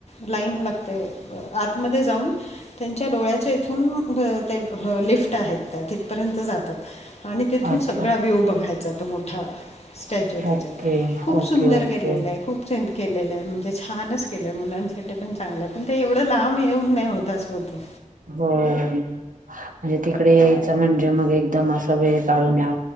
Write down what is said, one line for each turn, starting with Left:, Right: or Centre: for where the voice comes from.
Left: लाईन लागते आतमध्ये जाऊन त्यांच्या डोळ्याच्या इथून ते लेफ्ट आहेत त्या तिथ पर्यंत जातात आणि तिथून
Right: अच्छा
Left: सगळा व्ह्यू बघायचा तो मोठा. स्टॅच्यू त्याच्यात
Right: ओके
Left: खूप
Right: ओके
Left: सुंदर
Right: ओके
Left: केलेल आहे खूप छान केलेल आहे. ते छानच केलय मुलांसाठी पण चांगल आहे पण ते एवढ लांब येऊन नाही होत अस होतय
Right: हो म्हणजे तिकडे यायच म्हणजे मग एकदम असा वेळ काढून या